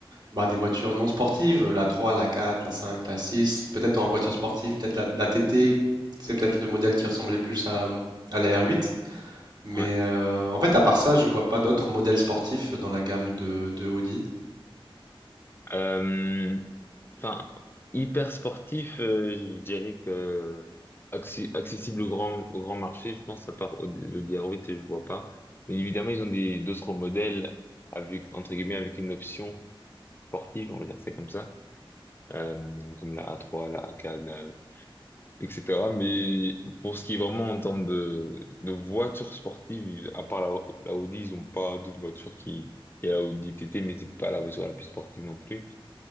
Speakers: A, on the right (about 50°); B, on the left (about 25°).
A: Bah, des voitures non sportives, la trois la quatre la cinq la six peut-être en voiture sportive, peut-être la, la TT, c'est peut-être le modèle qui ressemblait plus à, à la R8. Mais
B: Ouais.
A: euh, en fait, à part ça, je vois pas d'autres modèles sportifs dans la gamme de, de Audi.
B: Euh, Enfin, hyper sportif, euh, je dirais que acci- accessible au grand, au grand marché, je pense, à part au- le Diaroit, je vois pas. Mais évidemment, ils ont des d'autres modèles avec, entre guillemets, avec une option sportive, on va dire c'est comme ça, euh, comme la A3, la AK, la- etc. Mais pour ce qui est vraiment en termes de, de voitures sportives, à part la, la Audi, ils ont pas d'autres voitures qui... Il y a la Audi TT, mais c'est pas la voiture la plus sportive non plus